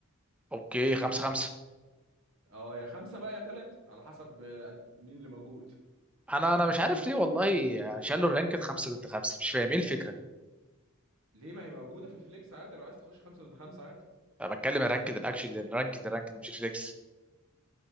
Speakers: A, in the centre; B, on the right.
A: اوكي خمسة خمسة
B: اه يا خمسه بقى يا ثلاثه على حسب آه، قد- مين اللي موجود
A: انا انا مش عارف ليه والله شالوا الرانكد خمسة ضد خمسة مش فاهم ايه الفكرة
B: ليه ما هي موجوده في الفليكس عادي لو عايز تخش خمسه ضد خمسه عادي
A: انا بتكلم الرانكد الاكشن الرانكد الرانكد مش فليكس